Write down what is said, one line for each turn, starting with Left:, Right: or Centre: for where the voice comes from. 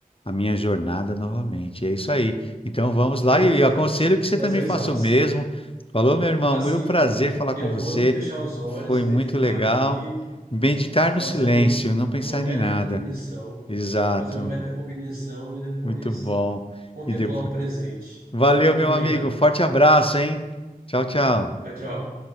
Left: a minha jornada novamente. É isso aí. Então vamos lá
Right: Perfeito,
Left: e eu aconselho
Right: Emerson.
Left: que
Right: Um prazerzaço.
Left: você também faça o mesmo. Falou, meu irmão,
Right: Assim,
Left: muito prazer falar
Right: eu
Left: com você.
Right: vou fechar os olhos,
Left: Foi
Right: meditar
Left: muito legal.
Right: aqui,
Left: Meditar
Right: fazer
Left: no silêncio,
Right: um,
Left: não pensar
Right: uma metacognição,
Left: em nada. Exato.
Right: fazer uma metacognição e depois
Left: Muito bom.
Right: contemplar
Left: E depois.
Right: o presente.
Left: Valeu,
Right: Muito
Left: meu
Right: obrigado.
Left: amigo. Forte abraço, hein? Tchau, tchau.
Right: Tchau, tchau.